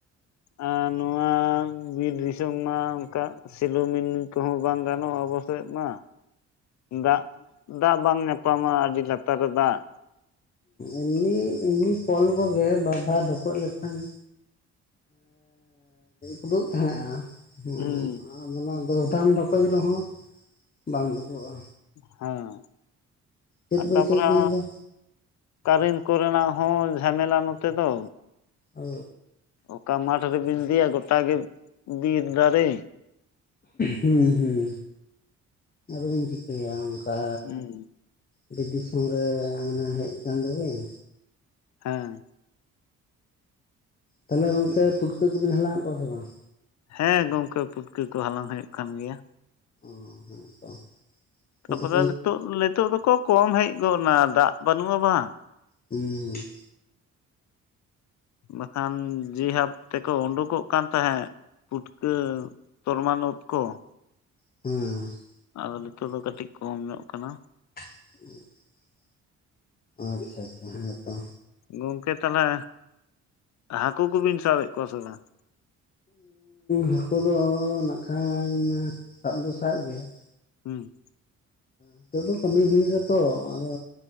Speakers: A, on the left; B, on the left.
A: ᱟᱨ ᱱᱚᱣᱟ ᱵᱤᱨ ᱫᱤᱥᱚᱢ ᱢᱟ ᱚᱱᱠᱟᱼᱼ ᱥᱮᱞᱩ ᱢᱤᱱᱤ ᱠᱚᱦᱚᱸ ᱵᱟᱝ ᱜᱟᱱᱚᱜᱼᱟ ᱟᱵᱚᱥᱮᱫ ᱢᱟ᱾ ᱫᱟᱜ ᱫᱟᱜ ᱵᱟᱝ ᱧᱟᱯᱟᱢᱟ ᱟᱹᱰᱤ ᱞᱟᱛᱟᱨ ᱨᱮ ᱫᱟᱜᱼᱼ
B: ᱮᱢᱞᱤ ᱮᱢᱞᱤ ᱠᱚᱞ ᱠᱚᱜᱮ ᱵᱟᱨᱫᱷᱟ ᱰᱷᱩᱠᱟᱹᱜ ᱞᱮᱠᱷᱟᱱᱼᱼ ᱩᱫᱩᱜ ᱛᱟᱦᱮᱸᱜᱼᱟ᱾ ᱦ ᱟᱫᱚ
A: ᱦᱩᱸ
B: ᱚᱱᱟ ᱫᱚ ᱫᱟᱢ ᱰᱷᱚᱠᱚᱡ ᱨᱮᱦᱚᱸ ᱵᱟᱝ ᱰᱩᱵᱟᱹᱜᱼᱟ᱾
A: ᱦᱮᱸ
B: ᱪᱟᱹᱛ
A: ᱟᱨ
B: ᱵᱟᱹᱭᱥᱟᱹᱠᱷ
A: ᱛᱟᱯᱚᱨᱮᱼᱼ
B: ᱫᱤᱱ ᱫᱚ
A: ᱠᱟᱨᱮᱱ ᱠᱚᱨᱮᱱᱟᱜ ᱦᱚᱸ ᱡᱷᱟᱢᱮᱞᱟ ᱱᱚᱛᱮ ᱫᱚᱼᱼ
B: ᱚᱻ
A: ᱚᱠᱟ ᱢᱟᱴᱷ ᱨᱮᱵᱤᱱ ᱤᱫᱤᱭᱟ ᱜᱚᱴᱟ ᱜᱮ ᱵᱤᱨ ᱫᱟᱨᱮᱼᱼ
B: ᱦᱮᱸ ᱦᱮᱸ ᱟᱫᱚᱵᱮᱧ ᱪᱤᱠᱟᱹᱭᱟ ᱚᱱᱠᱟᱼᱼ
A: ᱦᱩᱸ
B: ᱵᱤᱨ ᱫᱤᱥᱚᱢ ᱨᱮ ᱢᱟᱱᱮ ᱦᱮᱡ ᱟᱠᱟᱱ ᱫᱚ ᱵᱤᱱ᱾
A: ᱦᱮᱸᱻ
B: ᱛᱟᱦᱚᱞᱮ ᱜᱚᱝᱠᱮ ᱯᱩᱴᱠᱟᱹ ᱠᱚᱵᱤᱱ ᱦᱟᱸᱞᱟᱮᱫ ᱠᱚᱣᱟ ᱥᱮ ᱵᱟᱝ?
A: ᱦᱮᱸ ᱜᱚᱝᱠᱮ ᱯᱩᱴᱠᱟᱹ ᱠᱚ ᱦᱟᱞᱟᱝ ᱦᱩᱭᱩᱜ ᱠᱟᱱ ᱜᱮᱭᱟ᱾
B: ᱚ ᱦᱮᱸ ᱛᱚ᱾
A: ᱛᱟᱯᱚᱨᱮ
B: ᱯᱩᱴᱠᱟᱹ
A: ᱱᱤᱛᱚᱜ ᱱᱤᱛᱚᱜ ᱫᱚᱠᱚ ᱠᱚᱢ ᱦᱮᱡ ᱜᱚᱫ ᱮᱱᱟ, ᱫᱟᱜ ᱵᱟᱹᱱᱩᱜᱼᱟ ᱵᱟᱝ ᱾
B: ᱦᱩᱸ ᱦᱩᱸ᱾
A: ᱵᱟᱝᱠᱷᱟᱱ ᱡᱮ ᱵᱷᱟᱵ ᱛᱮᱠᱚ ᱩᱰᱩᱠᱚᱜ ᱠᱟᱱ ᱛᱟᱦᱮᱸᱫ᱾ ᱯᱩᱴᱠᱟᱹ ᱛᱚᱨᱢᱟᱞ ᱩᱛ ᱠᱚ ᱾
B: ᱦᱩᱸ ᱾
A: ᱟᱫᱚ ᱱᱤᱛᱚᱜ ᱫᱚ ᱠᱟᱹᱴᱤᱡ ᱠᱚᱢ ᱧᱚᱜ ᱠᱟᱱᱟ᱾
B: <inaudible> ᱟᱪᱪᱷᱟ ᱟᱪᱪᱷᱟ, ᱦᱮᱸ ᱛᱚ᱾
A: ᱜᱚᱝᱠᱮ ᱛᱟᱦᱚᱞᱮ ᱦᱟᱹᱠᱩ ᱠᱚᱵᱤᱱ ᱥᱟᱵᱮᱫ ᱠᱚᱣᱟ ᱥᱮ ᱵᱟᱝ?
B: ᱦᱟᱹᱠᱩ ᱫᱚ ᱱᱟᱜ ᱠᱷᱟᱱ, ᱥᱟᱵ ᱫᱚ ᱥᱟᱵ ᱜᱮ ᱾
A: ᱦᱩᱸ᱾
B: ᱱᱤᱛᱚᱜ ᱫᱚ ᱠᱟᱹᱢᱤ ᱤᱫᱤ ᱦᱳᱭᱳ ᱛᱚ ᱟᱫᱚ᱾